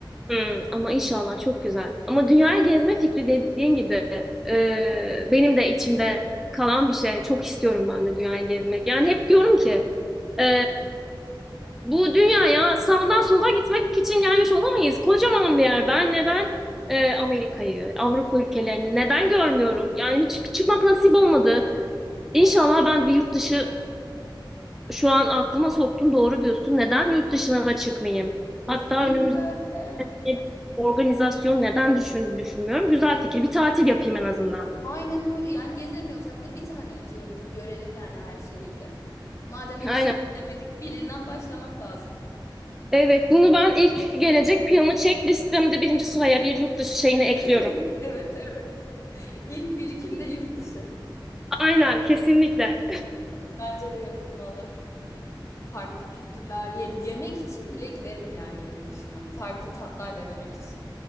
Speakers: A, in the centre; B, on the left.
A: Hmm, ama inşallah çok güzel. Ama dünyayı gezme fikri dediğin gibi e, benim de içimde kalan bir şey. Çok istiyorum ben de dünyayı gezmek. Yani hep diyorum ki e, bu dünyaya sağdan sola gitmek için gelmiş olamayız. Kocaman bir yer. Ben neden e, Amerika'yı, Avrupa ülkelerini neden görmüyorum? Yani hiç çıkmak nasip olmadı. İnşallah ben de bir yurt dışı şu an aklıma soktun doğru diyorsun. Neden yurt dışına da çıkmayayım?
B: Kesinlikle
A: Hatta önümüz
B: öyle.
A: e, organizasyon neden düşün, düşünmüyorum. Güzel fikir. Bir tatil yapayım en azından.
B: Aynen öyle. Yani gezemiyorsak da bir tane ülkeye gidip görelim yani her şeyiyle. Madem hepsini
A: Aynen.
B: istemedik birinden başlamak lazım.
A: Evet, bunu ben ilk gelecek planı check listemde birinci sıraya bir yurt dışı şeyini ekliyorum.
B: <laughs> Evet, evet. İlk birikimde yurt dışı.
A: Aynen, kesinlikle.
B: Bence de yapılmalı. Farklı kültürler, ye- yemek için bile giderim yani yurt dışına. Farklı tatlar denemek için.